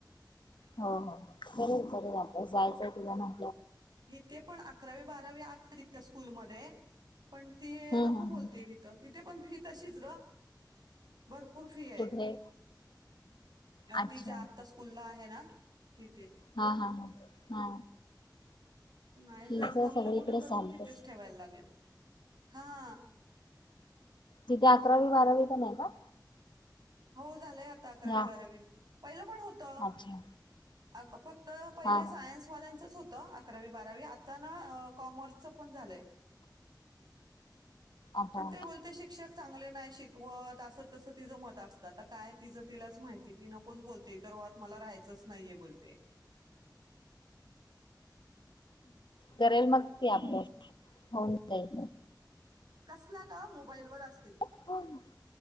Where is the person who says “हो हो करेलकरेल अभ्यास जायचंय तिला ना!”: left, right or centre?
Left